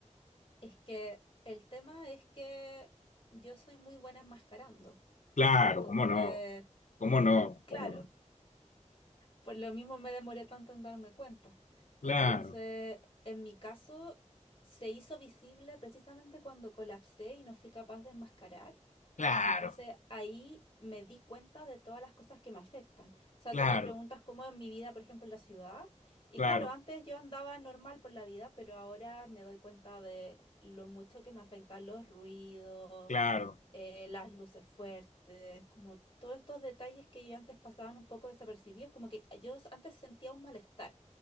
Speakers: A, on the left; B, on the left.
A: es que el tema es que yo soy muy buena enmascarando.
B: Claro,
A: Entonces,
B: cómo no, cómo no,
A: claro.
B: cómo no.
A: Por lo mismo me demoré tanto en darme cuenta.
B: Claro,
A: Entonces, en mi caso, se hizo visible precisamente cuando colapsé y no fui capaz de enmascarar.
B: claro.
A: Entonces, ahí me di cuenta de todas las cosas que me afectan. O sea,
B: Claro,
A: tú me preguntas cómo es mi vida, por ejemplo, en la ciudad. Y
B: claro,
A: claro, antes yo andaba normal por la vida, pero ahora me doy cuenta de lo mucho que me afectan los ruidos
B: claro,
A: eh, las luces fuertes, como todos estos detalles que yo antes pasaban un poco desapercibidos, como que yo antes sentía un malestar,